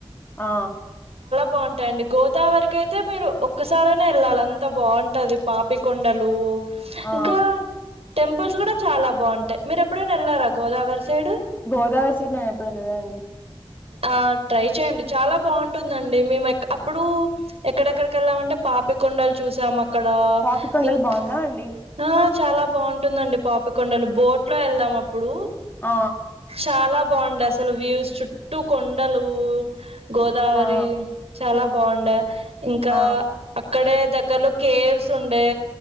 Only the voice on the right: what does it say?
బాగుంటాయండి గో గోదావరికయితే మీరు ఒక్కసారైనా వెళ్ళాలి అంత బాగుంటది పాపికొండలూ
ఇంకా టెం పుల్స్ కూడా చాలా బాగుంటాయి మీరు ఎప్పుడైనా వెళ్లారా గోదావరి సైడ్
ఆ ట్రై చేయండి చాలా బావుం టుందండి మేము అప్పుడు ఎక్కడెక్కడికి వెళ్ళామంటే పాపి కొండలు చూసామ అక్కడ
ఇంక్
ఆ చాలా బాగుంటుందండి పాపికొండలు బోట్ లో ఎళ్ళాం అప్పుడు
చాలా బాగుండే అసలు వ్యూస్ చుట్టూ కొండలు గోదావరి
చాలా బా బాగుండే ఇంకా
అక్కడే దగ్గర్లో కేవ్స్ ఉండే